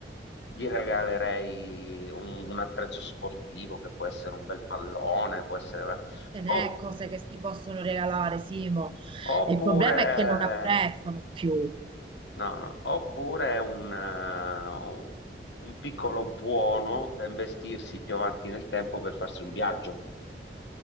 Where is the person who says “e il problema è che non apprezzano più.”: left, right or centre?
Right